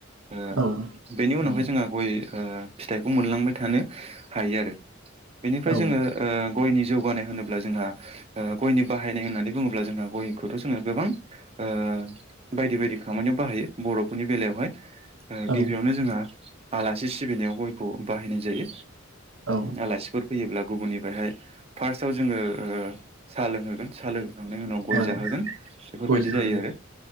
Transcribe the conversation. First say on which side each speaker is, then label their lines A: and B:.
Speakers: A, on the right; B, on the right.
A: ओ
B: औ
A: बेनि
B: नंगौ
A: उनावहाय जोंहा गय ओ फिथाइखौ मोनलांबाय थानो हायो आरो बेनिफ्राय
B: औ
A: जोङो ओ गयनि जौ जग बानाय होननानै बुङोब्ला जोंहा ओ गयनि बाहायनाय होननानै बुङोब्ला जों हा ओ गयखौथ' जोङो गोबां ओ बायदि बायदि खामानियाव बाहायो बर' बेनि बेलायावहाय ओ
B: औ
A: गिबियावनो जोंहा आलासि सिबिनायाव गयखौ बाहायनाय जायो
B: औ
A: आलासिफोर फैयोब्ला गुबुननिफ्रायहाय फार्स्टआव जोङो ओ साहा लोंहोगोन साहा लों खांनायनि उनाव गय
B: औ
A: जाहोगोन बेफोरबायदि
B: गय जाहैयो
A: जायो आरो